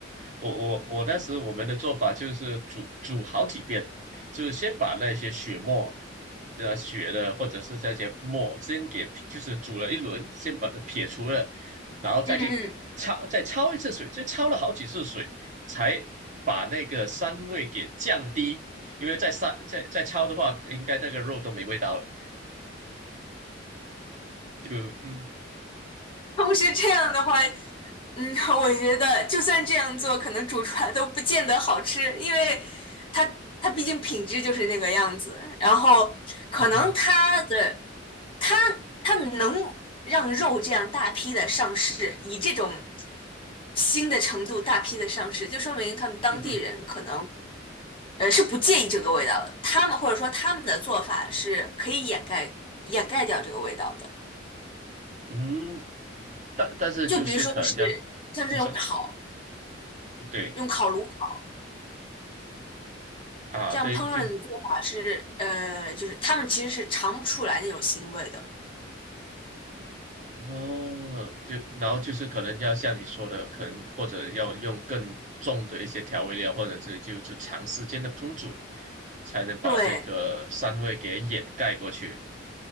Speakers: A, on the right; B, on the left.
A: 我我我当时我们的做法就是煮煮好几遍，就是先把那些血沫，呃血的或者是这些沫先给就是煮了一轮，先把它撇除了，然后再去焯再焯一次水，
B: 嗯嗯。
A: 再焯了好几次水，才把那个膻味给降低，因为再膻再再焯的话，应该那个肉都没味道了，就嗯
B: 同时这样的话，嗯，<laughs> 我觉得就算这样做，可能煮出来都不见得好吃，因为它它毕竟品质就是那个样子，然后可能它的
A: 嗯哼哼
B: 它它能让肉这样大批的上市，以这种新的程度大批的上市，就说明他们当地人可能
A: 嗯哼
B: 呃是不介意这个味道的，他们或者说他们的做法是可以掩盖掩盖掉这个味道的，
A: 嗯，但但是就是可能这样，
B: 就比如说是像这种烤。
A: 你知道对。
B: 用烤炉烤，
A: 啊，
B: 这样烹饪的做法是，
A: 对，就是
B: 呃，就是他们其实是尝不出来那种腥味的。
A: 哦，就然后就是可能要像你说的，可能或者要用更重的一些调味料，或者是就就长时间的烹煮，才能把这个膻味给掩盖过去。
B: 对